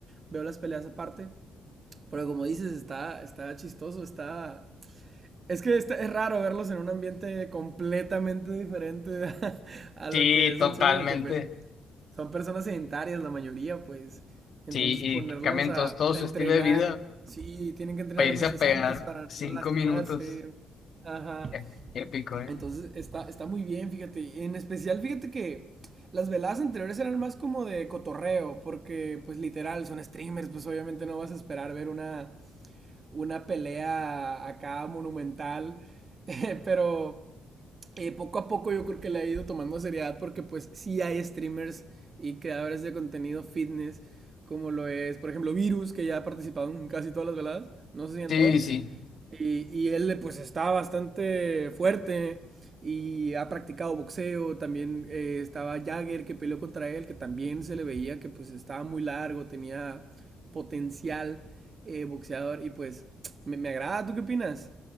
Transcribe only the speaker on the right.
veo las peleas aparte. Pero como dices, está, está chistoso, está es que está- es raro verlos en un ambiente completamente diferente <laughs> a, a
lo que es
el suyo, que pues son personas sedentarias la mayoría, pues. Entonces
ponerlos
a,
a
entrenar,
sí, tienen que entrenar
meses
antes para
no lastimarse.
Ajá.
Entonces está, está muy bien, fíjate. Y En especial, fíjate que las veladas anteriores eran más como de cotorreo, porque pues literal, son streamers, pues obviamente no vas a esperar ver una una pelea acá monumental, <laughs> eh, pero eh, poco a poco yo creo que le ha ido tomando seriedad porque pues sí hay streamers y creadores de contenido fitness como lo es, por ejemplo, Virus, que ya ha participado en casi todas las veladas, no sé si en
todas,
y, y él pues está bastante fuerte y ha practicado boxeo, también eh, estaba Jagger que peleó contra él, que también se le veía que pues estaba muy largo, tenía potencial eh, boxeador y pues me, me agrada, ¿tú qué opinas?